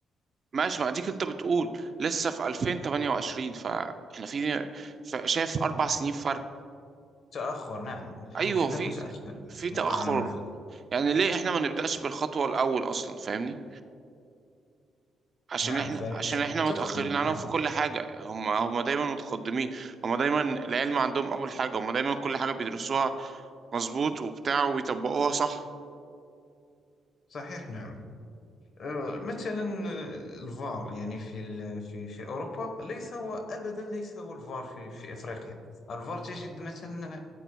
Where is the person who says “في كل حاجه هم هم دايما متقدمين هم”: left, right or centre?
Right